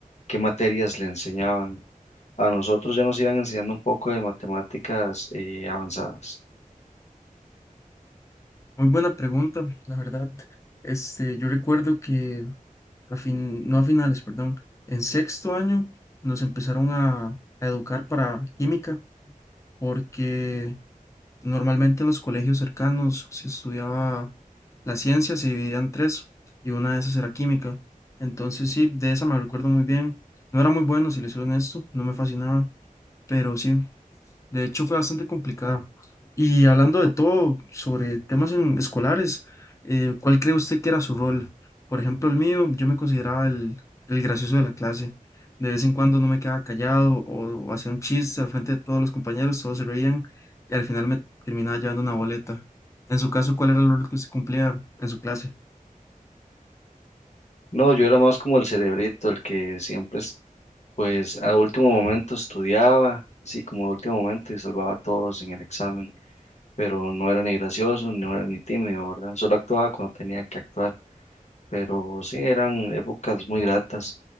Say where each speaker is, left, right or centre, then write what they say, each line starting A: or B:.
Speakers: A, on the left; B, on the left.
A: ¿qué materias le enseñaban? A nosotros ya nos iban enseñando un poco de matemáticas eh, avanzadas.
B: Muy buena pregunta, la verdad. Este, yo recuerdo que a fin, no a finales, perdón, en sexto año nos empezaron a, a educar para química porque Normalmente en los colegios cercanos se estudiaba las ciencias se dividía en tres y una de esas era química. Entonces sí, de esa me recuerdo muy bien. No era muy bueno, si les soy honesto, no me fascinaba, pero sí. De hecho, fue bastante complicado. Y hablando de todo, sobre temas en- escolares, eh, ¿cuál cree usted que era su rol? Por ejemplo, el mío, yo me consideraba el, el gracioso de la clase. De vez en cuando no me quedaba callado o, o hacía un chiste al frente de todos los compañeros, todos se reían y al final me terminaba llevando una boleta. En su caso, ¿cuál era el rol que usted cumplía en su clase?
A: No, yo era más como el cerebrito, el que siempre Pues a último momento estudiaba, así como a último momento y salvaba a todos en el examen, pero no era ni gracioso, no era ni tímido, ¿verdad? Solo actuaba cuando tenía que actuar, pero sí eran épocas muy gratas.